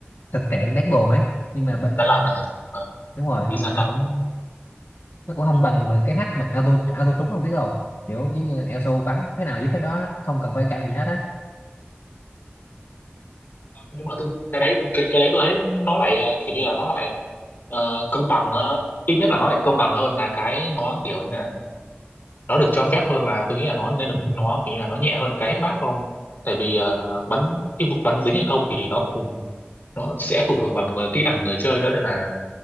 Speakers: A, on the left; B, on the left.
A: thực trạng đáng buồn ấy nhưng mà bên
B: gian lận đó hả ờ,
A: đúng rồi
B: đi
A: nhưng
B: gian
A: mà nó
B: lận
A: cũng nó cũng không bằng bằng cái hack mà auto auto trúng không biết không kiểu giống như ESO bắn thế nào giết cái đó không cần phải canh gì hết á
B: nhưng mà tôi cái đấy tôi cái, cái đấy tôi thấy nó lại ờ, kiểu như là nó lại ờ, công bằng ờ, ít nhất là nó lại công bằng hơn là cái nó kiểu như là nó được cho
A: Không.
B: phép hơn là tôi nghĩ là nó nên được
A: <laughs>
B: nó kiểu như là nó nhẹ hơn cái head map không tại vì ờ, bắn cái vụ bắn dính hay không thì nó cùng nó sẽ phụ thuộc vào người kỹ năng của người chơi nữa nên là